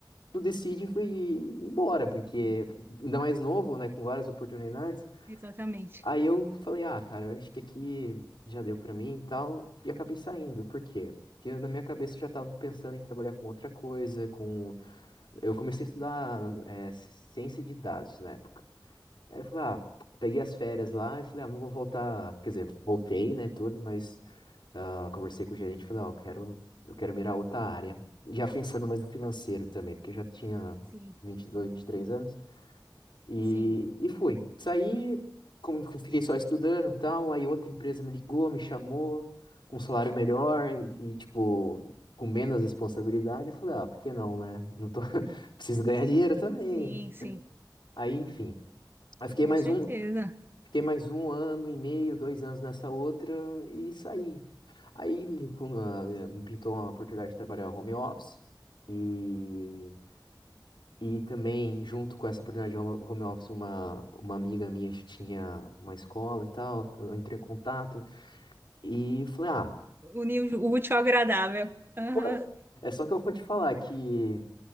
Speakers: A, on the left (about 70°); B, on the right (about 25°).
A: tu decide e ir embora, porque
B: sim,
A: ainda mais novo, né? Com várias oportunidades.
B: exatamente.
A: Aí eu falei, ah, cara, eu acho que aqui já deu pra mim e tal. E acabei saindo. Por quê? Porque eu, na minha cabeça eu já tava pensando em trabalhar com outra coisa, com... Eu comecei a estudar é, ciência de dados na época. Aí eu falei, ah, peguei as férias lá e falei, ah, não vou voltar... Quer dizer, voltei, né, tudo, mas ah, conversei com o gerente e falei, ó, eu quero, eu quero mirar outra área. Já pensando mais no financeiro também, porque eu já tinha
B: Sim,
A: vinte vinte e dois, vinte e três anos. E,
B: sim,
A: e fui. Saí, como eu fiquei só estudando e tal, aí outra empresa me ligou, me chamou, com um salário melhor e, e, tipo, com menos responsabilidade. Eu falei, ah, por que não, né? Não tô... <laughs> Preciso ganhar dinheiro também.
B: sim, sim,
A: Aí, enfim. Aí fiquei
B: com
A: mais
B: certeza.
A: um, fiquei mais um ano e meio, dois anos nessa outra e saí. Aí me, pun- ah, me pintou uma oportunidade de trabalhar home office. E e também, junto com essa oportunidade de home home office, uma, uma amiga minha que tinha uma escola e tal, eu entrei em contato e falei, ah,
B: Unir o útil ao agradável. Aham.
A: pô, é só que eu vou te falar que